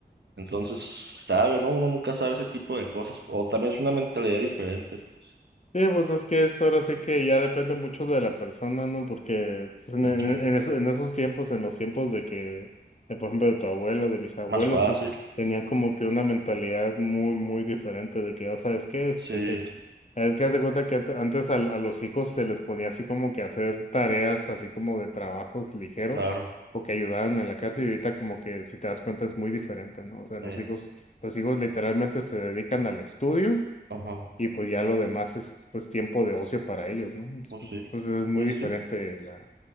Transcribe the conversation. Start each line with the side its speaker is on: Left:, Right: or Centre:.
Right: Entonces, sabe, ¿no? Uno nunca sabe ese tipo de cosas. O también es una mentalidad diferente, pues.
Left: Sí, pues es que eso ahora sí que ya depende mucho de la persona, ¿no? Porque pues, en,
Right: Ujú.
Left: en- en eso- en esos tiempos, en los tiempos de que, de, por ejemplo, de tu abuelo, de mis abuelos,
Right: Más fácil,
Left: pues tenían como que una mentalidad muy, muy diferente de que, ya sabes qué, este,
Right: sí,
Left: te- Es que haz de cuenta que ante- antes a, a los hijos se les ponía así como que hacer tareas así como de trabajos ligeros
Right: claro.
Left: o que ayudaban en la casa y ahorita como que si te das cuenta es muy diferente, ¿no? O sea, los
Right: eh,
Left: hijos, los hijos literalmente se dedican al estudio
Right: ajá,
Left: y pues ya lo demás es pues tiempo de ocio para ellos, ¿no?
Right: pues
Left: Entonces
Right: sí,
Left: es muy
Right: pues
Left: diferente
Right: sí.
Left: la,